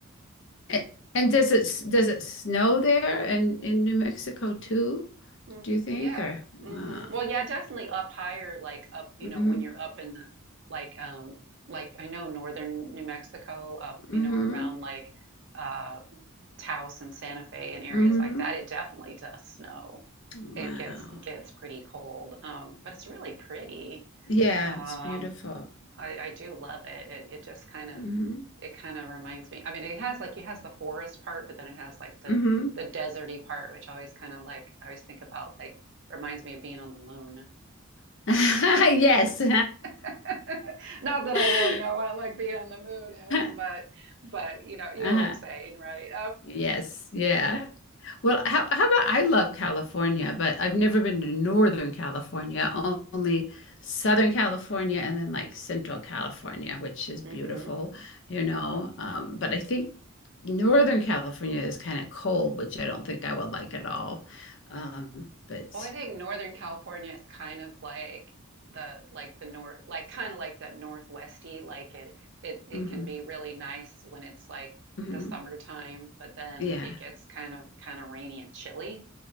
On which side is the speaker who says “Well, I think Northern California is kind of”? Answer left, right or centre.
Right